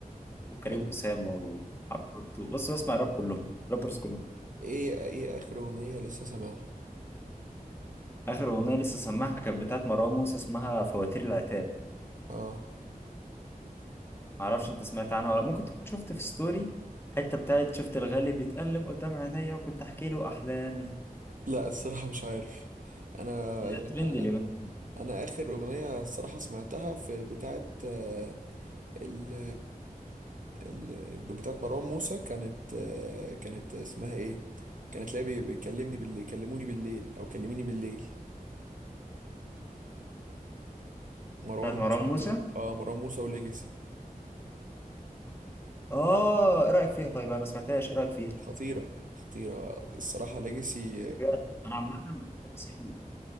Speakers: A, on the left (about 15°); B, on the right (about 60°).
A: وكريم
B: أيوة.
A: اسامه وعفروتو بص بسمع راب كلهم رابرز كلهم
B: ايه ايه اخر اغنيه لسه سامعها
A: اخر اغنيه لسه سامعها كانت بتاعت مروان موسى اسمها فواتير العتاب
B: اه
A: معرفش انت سمعت عنها ولا لأ. ممكن تكون شفت في ستوري حته بتاعت شفت الغالي بيتألم قدام عينيا وكنت احكي له احلامي
B: لا الصراحه مش عارف انا
A: يا ترند
B: انا
A: اليومين دول.
B: انا اخر اغنيه الصراحه سمعتها في بتاعه آه، ال ال بتاعه مروان موسى كانت آه، كانت اسمها ايه كانت لا بي- بيكلمني بالليل كلموني بالليل او كلميني بالليل مروان
A: بتاعت مروان
B: موسى
A: موسى
B: و- اه مروان موسى وليجاسي
A: اه ايه رايك فيها طيب انا ما سمعتهاش ايه رايك فيها
B: خطيره خطيره الصراحه ليجاسي
A: بجد انا عامه بحب سي قوي